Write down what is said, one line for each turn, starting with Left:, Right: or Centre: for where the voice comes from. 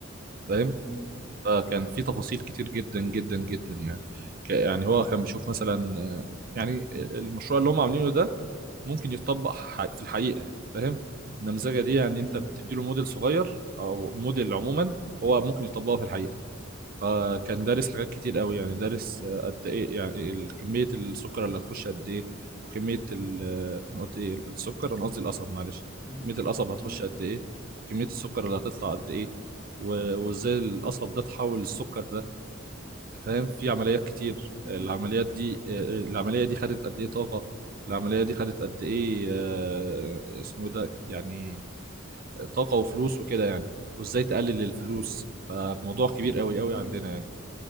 Right: فاهم
Centre: امم
Right: فكان في تفاصيل كتير جدا جدا جدا يعني ك- يعني هو كان بيشوف مثلا آه، يعني المشروع اللي هم عاملينه ده ممكن يتطبق ح- في الحقيقة يعني فاهم النمذجة دي يعني
Centre: امم
Right: انت بتدي له موديل صغير او موديل عموما هو ممكن يطبقه في الحقيقة فكان دارس حاجات كتير قوي يعني دارس آه، قد ايه يعني ال- كمية السكر اللي هتخش قد ايه وكمية ال آه، انا قلت ايه السكر انا قصدي القصب معلش
Centre: امم
Right: كمية القصب هتخش
Centre: لا صبر
Right: قد ايه وكمية السكر اللي هتطلع قد ايه و- وازاي القصب ده تحول السكر ده فاهم في عمليات كتير
Centre: مم.
Right: آه، العمليات دي آه، العملية دي خدت قد ايه طاقة العملية دي خدت قد ايه آه، اسمه إيه ده يعني آه، طاقة وفلوس وكده يعني وازاي تقلل الفلوس فموضوع كبير قوي قوي
Centre: مم.
Right: عندنا يعني